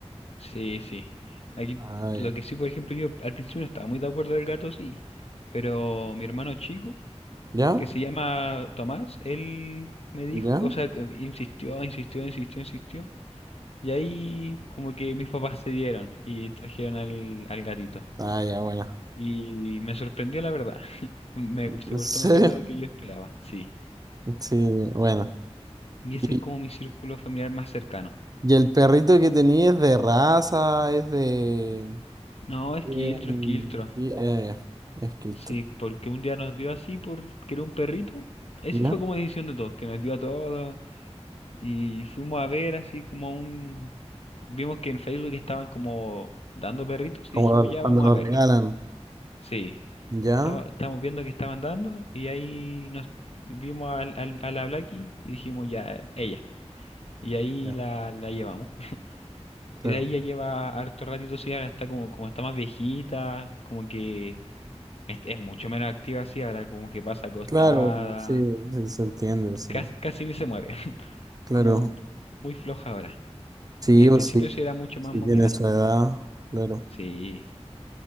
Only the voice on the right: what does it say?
Ah,
ya.
¿Ya?
¿Ya?
Ah, ya, bueno.
¿En
serio?
Sí, bueno.
¿Y,
y el perrito que tenía es de raza? ¿Es de...?
eh, un-
y- eh, es que esto-
¿Ya?
Como
lo-
cuando
lo
regalan.
¿Ya?
Ya,
claro.
Claro, sí, sí se entiende, sí.
Claro.
Sí
o
sí.
Si
tiene su edad, claro.